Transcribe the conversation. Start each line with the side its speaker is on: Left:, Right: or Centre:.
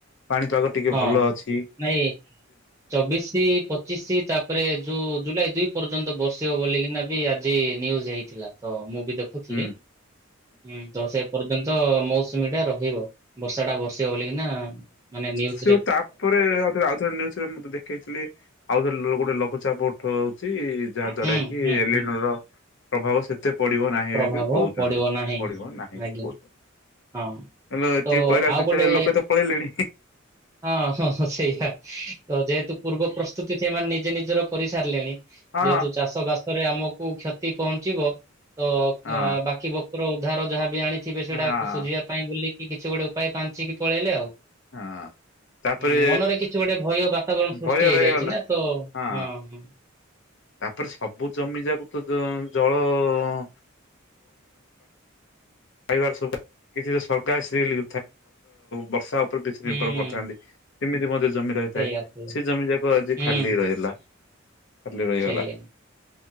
Left: ପାଣିପାଗ ଟିକେ
Right: ହଁ।
Left: ଭଲ ଅଛି।
Right: ନାଇଁ ଚବିଶି, ପଚିଶି ତାପରେ ଯୋଉ ଜୁଲାଇ ଦୁଇ ପର୍ଯ୍ୟନ୍ତ ବର୍ଷିବ ବୋଲି ବି ଆଜି ନିୟୁଜ ହେଇଛି। ଥିଲା ତ ମୁଁ ବି ଦେଖ ଥିଲି
Left: ହୁଁ
Right: ହୁଁ ତ ସେ ପର୍ଯ୍ୟନ୍ତ ମୌସୁମୀ ଟା ରହିବ ବର୍ଷା ଟା ବର୍ଷ ବୋଲି କି ନା ମାନେ ନି ୟୁ
Left: ସେଉ ତାପରେ, ଆଉ ଥରେ ନିୟୁ ମୁ ଦେଖେଇଥିଲି ଆଉ ଗୋଟେ ଲଘୁଚାପ ଉଠ ହଉଛି। ଯାହା ଦ୍ଵାରା
Right: ହୁଁ
Left: କି
Right: ହୁଁ
Left: ଏଲେନ
Right: ହୁଁ
Left: ର ପ୍ରଭାବ ସେତେ ପଡିବ ନାହିଁ
Right: ପ୍ରଭାବ
Left: ବୋଲି କିରି କହୁଛନ୍ତି,
Right: ପଡିବ ନାହିଁ।
Left: ପଡିବ ନାହିଁ
Right: ଆଜ୍ଞା
Left: କହୁଛନ୍ତି।
Right: ହଁ
Left: ଏତିକି
Right: ତ
Left: କହିଲା
Right: ଆଉ
Left: ଭିତରେ
Right: ଗୋଟେ
Left: ଲୋକ ତ ପଳେଇଲେଣି।
Right: ହଁ ହଁ ହଁ ସେଇଆ ତ ଯେହେତୁ ପୂର୍ବ ପ୍ରସ୍ତୁତି ସେମାନେ ନିଜେ ନିଜର କରିସାରିଲେଣି,
Left: ହଁ
Right: ଯେହେତୁ ଚାଷ ବାସ ପରେ ଆମକୁ କ୍ଷତି ପହଞ୍ଚିବ ତ
Left: ହଁ
Right: ଏ ବାକି ବକୁର ଉଦ୍ଧାର ଯାହା ବି ଆଣି ଥିବେ ସେଟା
Left: ହଁ
Right: ସୁଝିବା ପାଇଁ ବୁଲିକି କିଛି ଗୋଟେ ଉପାୟ ପାଞ୍ଚିକି ପଳେଇଲେ ଆଉ।
Left: ହଁ। ତାପରେ
Right: ହୁଁ, ମନରେ କିଛି ଗୋଟେ ଭୟ ବାତାବରଣ ସୃଷ୍ଟି
Left: ଭୟ
Right: ହେଇଯାଇଛି
Left: ରହିଗଲା
Right: ନା
Left: ହଁ।
Right: ତ ହଁ।
Left: ତାପରେ ସବୁ ଜମି ଯାକ ତ ଜଳ ପାଇବାର <unintelligible> ସରକାର ସିଲ ବର୍ଷା ଉପରେ ବେଶୀ
Right: ହୁଁ
Left: ନିର୍ଭର କରିଥାନ୍ତି। ସେମିତି ମଧ୍ୟ ଜମି ରହିଥାଏ,
Right: ସେଇଆ ସେଇଆ
Left: ସେ ଜମି ଯାକ ଆଜି
Right: ହୁଁ
Left: ଖାଲି ରହିଲା। ଖାଲି ରହିଗଲା।
Right: ସେଇଆ